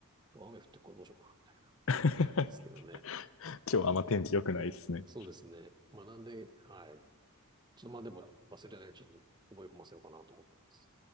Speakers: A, on the right; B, on the left.
A: 今日雨降ってるからどうしようかな、み
B: <laughs>
A: たいな、<laughs> ですけどね。
B: 今日はあんま天気良くないですね。
A: はいそうですね。学んで、はい。ちょっとまあでも忘れないうちに覚え込ませようかなと思ってます。